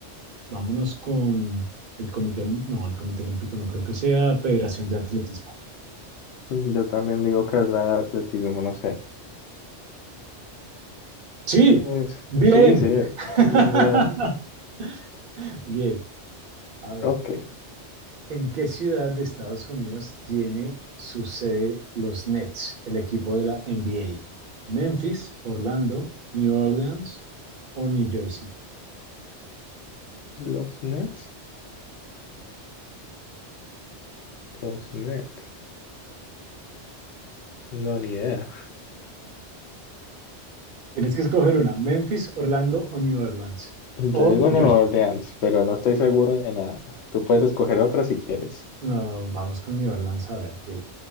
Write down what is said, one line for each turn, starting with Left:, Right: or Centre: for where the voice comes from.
Right: vámonos con el comité, Olim- no, el comité olímpico no creo que sea, Federación de Atletismo.
Left: Mm, Yo también digo que es la de atletismo, no sé.
Right: Sí,
Left: Es-
Right: bien.
Left: sí, sí, es.
Right: <laughs>
Left: Bien, bien.
Right: Bien, a ver,
Left: Ok,
Right: ¿en qué ciudad de Estados Unidos tiene su sede los Nets, el equipo de la NBA? ¿Memphis, Orlando, New Orleans o New Jersey?
Left: los Nets. Los Nets, no, ni idea.
Right: Tienes que escoger una, Memphis, Orlando o New Orleans.
Left: Yo
Right: O
Left: digo
Right: New
Left: Nueva
Right: Jersey.
Left: Orleans, pero no estoy seguro de nada. Tú puedes escoger otra si quieres.
Right: No, vamos con New Orleans a ver qué.